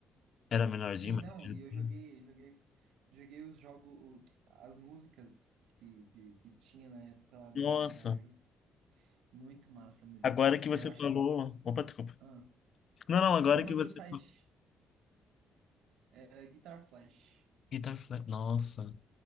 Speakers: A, on the left; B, on the right.
A: era menorzinho,
B: Sim,
A: mais
B: não,
A: criancinha.
B: e eu joguei, joguei, joguei os jogos, as músicas que, que, que tinha na época lá no,
A: Nossa,
B: no Guitar Hero. Muito massa mesmo.
A: agora que
B: É,
A: você
B: eu acho
A: falou.
B: que.
A: Opa, desculpa.
B: Ah,
A: Não, não, agora
B: não, o nome
A: que você.
B: do site era Guitar Flash.
A: Guitar Flash. Nossa.